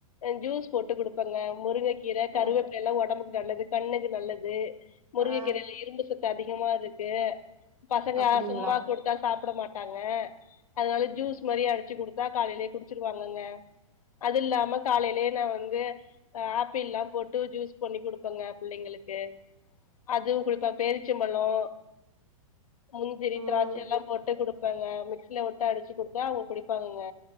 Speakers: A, on the left; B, on the right.
A: ஜூஸ் போட்டு குடுப்பங்க முருங்கைக் கீரை கருவேப்பிலலாம்
B: ஆ
A: உடம்பு நல்லது கண்ணுக்கு நல்லது முருங்ககீரல்ல
B: ஆ
A: இரும்பு சத்து அதிக அதிகமா இருக்கு பசங்க
B: அப்டிங்களா
A: சும்மா குடுத்தா சாப்ட மாட்டாங்க அதனால ஜூஸ் மாரி அடிச்சு குடுத்தா காலையிலே குடிச்சிருவாங்கங்க அது இல்லாம காலையிலே நான் வந்து ஆப்பிள்லாம் போட்டு ஜூஸ் பண்ணி குடுப்பேங்க புள்ளைங்களுக்கு அது குடிப்பா பேரிச்சம்பழம் முந்திரி
B: ம்
A: திராட்செல்லாம் குடுப்பங்க மிக்சில வுட்டு அடிச்சு குடுத்தா அவுங்க குடிப்பாங்கங்க